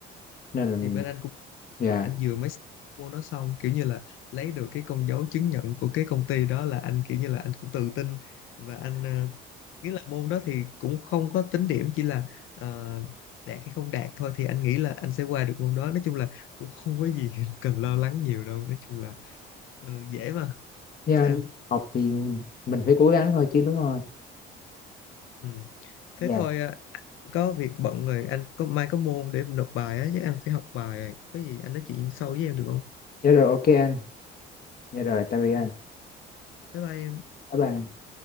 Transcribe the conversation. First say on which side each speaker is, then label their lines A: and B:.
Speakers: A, on the left; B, on the left.
A: nên là
B: thì bên anh cũng
A: dạ
B: à, anh vừa mới xong môn đó xong kiểu như là lấy được cái con dấu chứng nhận của cái công ty đó là anh kiểu như là anh cũng tự tin và anh ờ, nghĩa là môn đó thì cũng không có tính điểm chỉ là ờ, đạt hay không đạt thôi thì anh nghĩ là anh sẽ qua được môn đó nói chung là cũng không có gì <laughs> cần lo lắng nhiều đâu nói chung là ờ, dễ mà không
A: Dạ,
B: sao
A: anh. học thì mình phải cố gắng thôi chứ đúng không?
B: ừ.
A: Dạ,
B: thế thôi à, có việc bận rồi anh có mai có môn để nộp bài á chứ anh phải học bài có gì anh nói chuyện sau với em được không
A: dạ rồi ok anh. Dạ rồi, tạm biệt anh.
B: ừ. bye bye em
A: Bye bye.